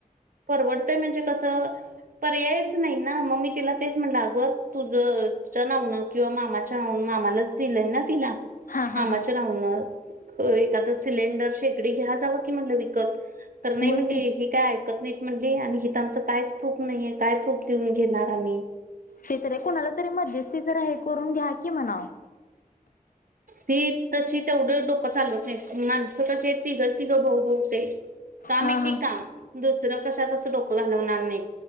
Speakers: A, on the right; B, on the left.
A: परवडते म्हणजे कस पर्यायच नाहीना ममी तिला तेच म्हणल अग तुझ, तुझ नाव किंवा मामाच्या मामालाच दिलय ना तिला
B: हा हा
A: मामाच्या
B: हा
A: नावन एखादं सिलेंडर शेकडी घ्या जावं की म्हणलं विकत तर नाही
B: होय
A: म्हणे
B: की
A: हे काय आयकत नाहीत म्हणले आणि हित आमच कायच प्रूफ नाहीये काय प्रूफ देऊन घेणार आम्ही
B: ते तरी कोणाला तरी मध्यस्थी, जरा हे करून घ्या कि म्हणाव.
A: ती तशी तेवढं डोकं चालवत नाहीत माणसं कशी तिघच तिघं भाऊ, भाऊच आहे. काम
B: हा
A: एके
B: हा
A: काम दुसरं कशात असं डोकं घालवणार नाई.